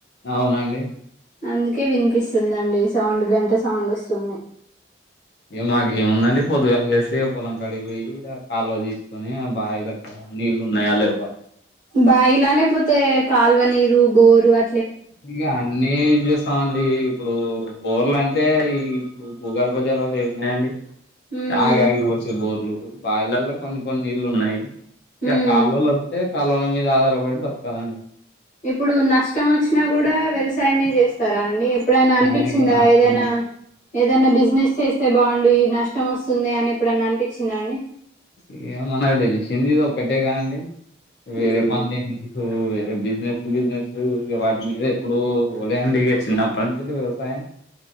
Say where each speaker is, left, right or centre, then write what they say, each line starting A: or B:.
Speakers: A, on the left; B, on the left.
A: అవునా అండి?
B: అందుకే వినిపిస్తుందండి సౌండ్ గంట సౌండ్ వస్తుంది
A: ఇ మాక ఏముందండి పొద్దుగాలు లేసి పొలం కడిగిపోయి కాలువ తీసుకొని ఆ బావి లో నీళ్ళు ఉన్నాయి లేవ
B: బాయిలా లేకపోతే కాల్వనీరు బోరు అ
A: ఇగ అన్ని ఇాఅండి ఇప్పుడు బోర్లు అంటే ఈ ఇప్పుడు భూగర్భ జలాలు ఏమిన్నాయండి
B: ఉమ్
A: ఆగి ఆగి వచ్చే బోర్లు బావిలలో కొన్ని కొన్ని నీళ్లు ఉన్నాయి ఇక
B: ఉమ్
A: కాల్వలు వస్తే కాళవల మీద ఆధారపడి బతకాలండి
B: ఇప్పుడు నష్టం వచ్చినా కూడా వ్యవసాయమే చేస్తారా అండి ఎప్పుడైనా అనిపించిందా
A: ఆ! ఇగ నాశనం
B: ఏదైనా ఏదైనా బి బిజినెస్ చేస్తే బాగుండు నష్టం వస్తుంది అని ఇప్పుడన అనిపించిందండి
A: ఇ మనకు తెలిసింది ఇది ఒక్కటే కాదండి వేరే
B: ఉమ్
A: పనులు ఏ తెలు బిజినెస్ బిజినెస్ ఇ వాటి మీద ఎప్పుడు పోలేండి ఇక చిన్నప్పటి నుంచి వ్యవసాయం